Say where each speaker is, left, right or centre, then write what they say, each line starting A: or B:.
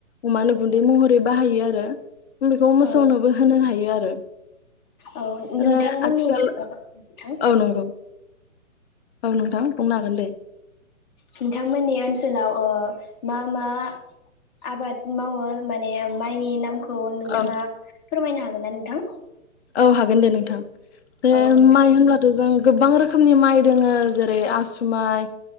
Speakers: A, on the left; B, on the left.
A: अमानो गुन दै महरै बाहायो आरो बेखौ मोसौनोबो
B: औ
A: होनो हायो आरो।
B: औ
A: ओमफ्राय
B: नोंथांमोननि
A: आथिखाल
B: नोंथां
A: औ नंगौ औ नोंथां बुंनो हागोन दे।
B: नोंथांमोननि ओनसोलाव ओ मा मा आबाद मावो माने माइनि नाम खौ नोंथाङा
A: औ
B: फोरमायनो हा गोनना नोंथां?
A: औ हागोन दे नोंथां। बे
B: औ नोंथां
A: माइ होनब्लाथ' जों गोबां रोखोमनि माइ दोङो जेरै आसुमाइ